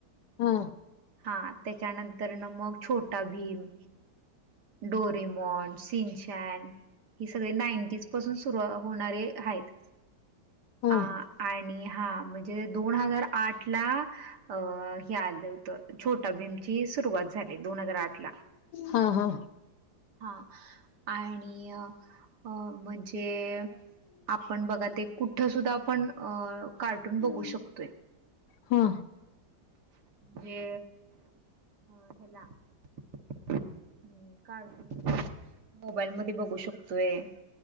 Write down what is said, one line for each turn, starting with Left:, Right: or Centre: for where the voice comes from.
Left: हा
Right: हा त्याच्यानंतर तर ना मग छोटा भीम डोरेमॉन सिंचन ही सगळी नाईंटीज पासून सुरु होणारे आहेत
Left: हा
Right: अ आणि हा म्हणजे दोन हजार आठ ला अ हे आलं होतं छोटा भीम ची सुरुवात झाली दोन हजार आठ ला.
Left: हा हा
Right: हा आणि अ म्हणजे आपण बघा ते कुठं सुद्धा आपण अ कार्टून बघू
Left: हा
Right: शकतोय
Left: हा
Right: जे ह हेला हम्म कार्टून मोबाईल मध्ये बघू शकतोय <unintelligible>